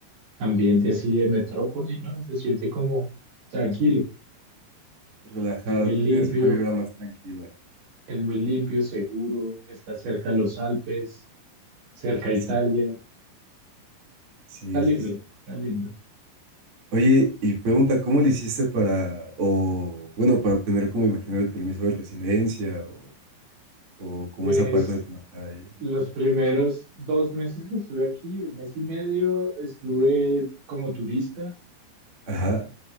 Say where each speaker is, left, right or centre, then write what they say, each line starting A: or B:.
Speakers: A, on the right; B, on the right.
A: ambiente así de metrópoli, ¿no? Se siente como tranquilo,
B: Relajado,
A: es muy limpio,
B: tú tienes una vibra más tranquila.
A: es muy limpio, seguro, está cerca de los Alpes, cerca a Italia,
B: Sí, sí,
A: está lindo,
B: sí, sí.
A: está lindo.
B: Oye, y pregunta, ¿cómo le hiciste para, o bueno, para obtener como imagino el permiso de residencia o, o como
A: Pues
B: esa parte de trabajar ahí?
A: los primeros dos meses que estuve aquí, un mes y medio, estuve como turista.
B: Ajá.